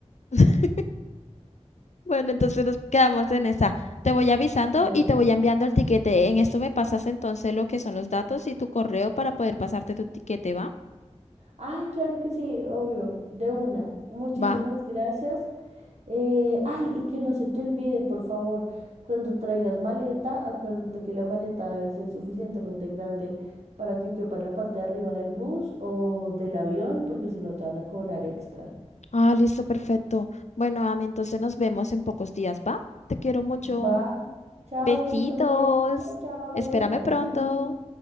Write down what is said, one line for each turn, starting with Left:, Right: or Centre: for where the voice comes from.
Left: <laughs> Bueno, entonces nos quedamos en esa. Te voy avisando
Right: Bueno,
Left: y te voy enviando el tiquete. En esto me pasas entonces lo que son los datos y tu correo para poder pasarte tu tiquete, ¿va?
Right: ay, claro que sí, obvio, de una. Muchísimas
Left: Va.
Right: gracias. Eh, ay, y que no se te olvide, por favor, cuando traigas maleta, acuérdate que la maleta debe ser suficientemente grande para que quepa en la parte de arriba del bus o del avión, porque si no te van a cobrar extra.
Left: Ah, listo, perfecto. Bueno, Ami, entonces nos vemos en pocos días, ¿va? Te quiero mucho.
Right: Va, chao,
Left: Besitos.
Right: yo también. Chao, chao,
Left: Espérame
Right: bye.
Left: pronto.